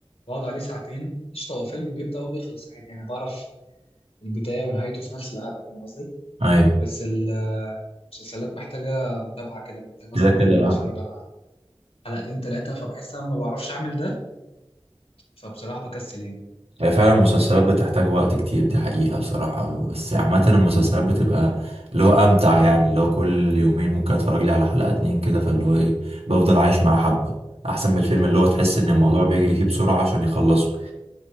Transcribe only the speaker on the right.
اي
كده
كده
آه.
هي فعلا المسلسلات بتحتاج وقت كتير دي حقيقة بصراحة بس عامة المسلسلات بتبقى اللي هو امتع يعني اللي هو كل يومين ممكن اتفرج لي على حلقة اتنين كده فاللي هو ايه بفضل عايش معاه حبة احسن من الفيلم اللي هو تحس ان الموضوع بيجري فيه بسرعة عشان يخلصه